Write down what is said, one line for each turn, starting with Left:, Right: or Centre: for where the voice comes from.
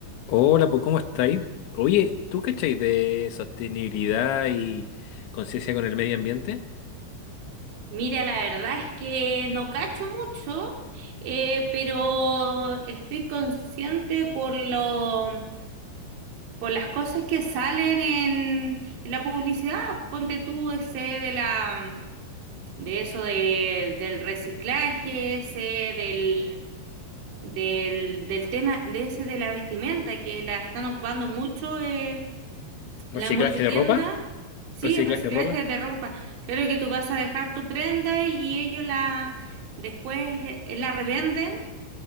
Left: Hola, pues ¿cómo estáis? Oye, ¿tú cacháis de sostenibilidad y conciencia con el medio ambiente?
Right: Mira, la verdad es que no cacho mucho, eh, pero estoy consciente por lo, por las cosas que salen en, en la publicidad. Ponte tú ese de la, de eso de- del reciclaje, ese del, del, del tema de ese de la vestimenta que la están ocupando mucho. eh,
Left: ¿Reciclaje
Right: la multitienda,
Left: de ropa?
Right: sí,
Left: ¿Reciclaje
Right: reciclaje
Left: de ropa?
Right: de ropa. Claro que tú vas a dejar tu prenda y, y ellos la después eh, la revenden